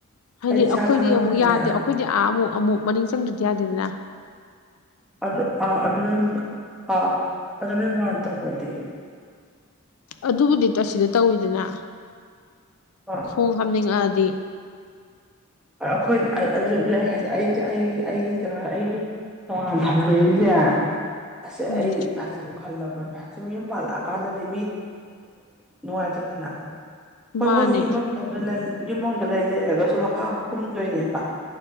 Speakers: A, on the left; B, in the centre.
A: ꯍꯥꯏꯗꯤ
B: ꯑꯩꯗꯤ ꯏꯁꯥ
A: ꯑꯩꯈꯣꯏꯗꯤ
B: ꯈꯪꯉꯕꯅꯤꯅꯦ
A: ꯑꯃꯨꯛ ꯌꯥꯗꯦ ꯑꯩꯈꯣꯏꯗꯤ ꯑꯥ ꯑꯃꯨꯛ ꯑꯃꯨꯛ ꯃꯅꯤꯡ ꯆꯪꯗꯗꯤ ꯌꯥꯗꯦꯗꯅ
B: ꯑꯗꯨꯗ ꯑꯥ ꯑꯗꯨ ꯑꯗꯨꯅ ꯑꯥ ꯑꯗꯨ ꯑꯗꯨꯅ ꯋꯥꯔ ꯇꯧꯕꯗꯤ
A: ꯑꯗꯨꯕꯨꯗꯤ ꯑꯁꯤꯗ ꯇꯧꯋꯤꯗꯅ
B: ꯎꯝ <inaudible>
A: ꯈꯣꯡ ꯍꯥꯝꯅꯤꯡꯉꯛꯑꯗꯤ
B: ꯑꯩꯈꯣꯏ ꯑꯗꯨ ꯂꯩ ꯍꯥꯏꯗꯤ ꯑꯩꯗꯤ ꯑꯩꯒꯤ ꯑꯩꯒꯤ ꯖꯒꯥ ꯑꯩꯒꯤ ꯇꯣꯉꯥꯟ ꯊꯥꯝꯖꯔꯤꯁꯦ ꯑꯁ
A: ꯎꯝ
B: ꯑꯩ ꯍꯧꯖꯤꯛ ꯈꯜꯂꯕꯅꯦꯁꯨꯝ ꯌꯨꯝ ꯄꯥꯜꯂꯛꯑꯀꯥꯟꯗꯗꯤ ꯃꯤ ꯅꯨꯡꯉꯥꯏꯇꯦꯗꯅ ꯍꯣꯏ
A: ꯃꯥꯅꯦ
B: ꯃꯣꯏꯁꯨ ꯏꯃꯨꯡꯗ ꯏꯃꯨꯡꯗ ꯂꯩ ꯂꯩꯔꯒꯁꯨ ꯃꯈꯥ ꯑꯃꯛ ꯀꯨꯝꯗꯣꯏꯅꯦꯕ